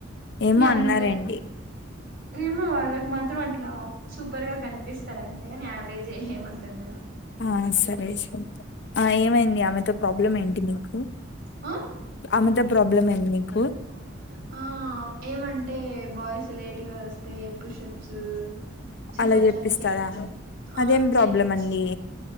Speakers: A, on the left; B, on the right.
A: ఏమో
B: అందరి
A: అన్నారండి
B: ఏమో వాళ్ళకి మాత్రం అట్లా సూపర్ గా కనిపిస్తారు అంతేగాని యావరేజ్ ఏమంతా ఉండదు
A: ఆ సరే సరే ఆ ఏమైంది ఆమెతో ప్రాబ్లం ఏంటి మీకు
B: అ
A: ఆమెతో ప్రాబ్లం ఏంది నీకు
B: మా అమ్మ ఎప్పుడు పె ఆ ఏమంటే బాయ్స్ లేట్ గా వస్తే పుషప్స్ సిటప్స్
A: అలా చెప్పిస్తారా
B: అన్ని చేపిచ్చారు ఆ
A: అదేం ప్రాబ్లమ్
B: చేపిచ్చి
A: అండి